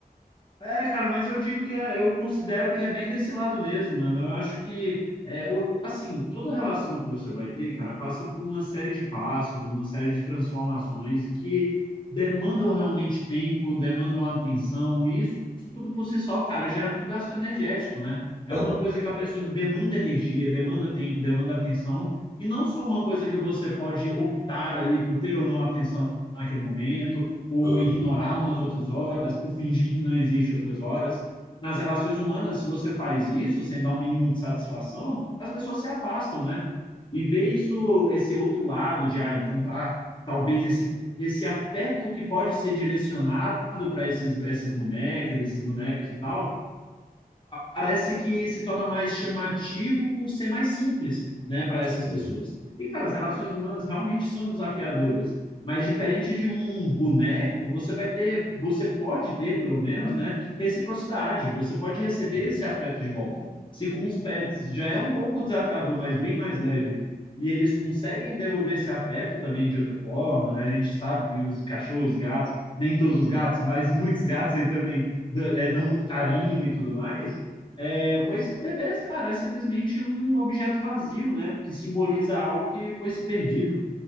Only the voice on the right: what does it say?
É.
Aham.
Sim,
sim.